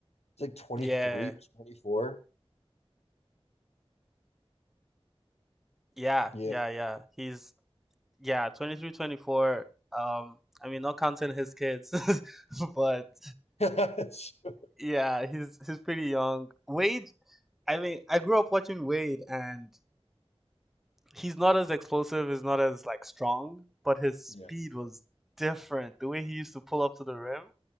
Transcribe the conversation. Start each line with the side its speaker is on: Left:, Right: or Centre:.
Left: he's like 23
Centre: Yeah,
Left: or 24.
Centre: yeah,
Left: Yeah.
Centre: yeah, yeah. He's, yeah, 23, 24. Um, I mean, not counting his kids, <laughs> but
Left: <laughs> Sure.
Centre: yeah, he's he's pretty young. Wade, I mean, I grew up watching Wade, and he's not as explosive, he's not as like strong, but his
Left: Yeah.
Centre: speed was different. The way he used to pull up to the rim,